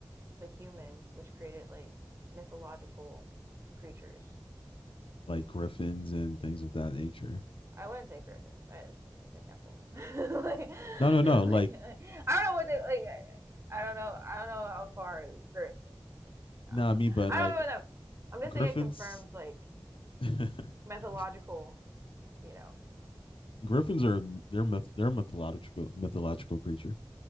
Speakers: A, on the right; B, on the left.
A: the humans, which created like mythological creatures.
B: like griffins and things of that nature.
A: I wouldn't say griffins. I like I said Nephilim. <laughs> like,
B: No, no, no.
A: like,
B: Like,
A: I don't know what they like. I, don't know. I don't know how far griffin. I
B: nah,
A: don't
B: I
A: know.
B: mean, but
A: I
B: like
A: don't know what that. I'm just
B: griffins,
A: saying it confirms like
B: <laughs>
A: mythological. You know.
B: griffins are they're myth, they're a mythological mythological creature.